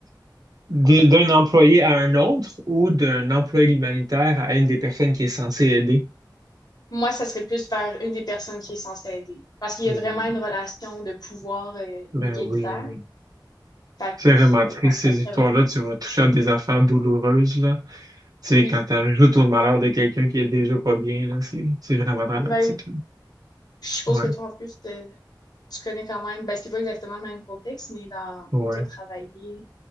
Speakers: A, on the right; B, on the left.
A: de- d'un employé à un autre ou d'un employé de l'humanitaire à une des personnes qui est censée aider.
B: Moi, ça serait plus vers une des personnes qui est censée aider. Parce qu'il y
A: Euh,
B: a vraiment une relation de pouvoir euh, inégalitaire.
A: ben oui, oui.
B: Fait
A: c'est vraiment
B: que,
A: triste
B: euh, ouais, ça
A: ces
B: serait
A: histoires-là.
B: vraiment.
A: Tu vas toucher à des affaires douloureuses, là. Tu sais,
B: Oui,
A: quand tu ajoutes au malheur de quelqu'un qui est déjà pas bien, là, c'est c'est vraiment dramatique.
B: ben oui.
A: là.
B: Je suppose
A: Ouais,
B: que toi, en plus, euh, tu connais quand même. Ben, c'est pas exactement le même contexte, mais dans
A: ouais.
B: où tu as travaillé.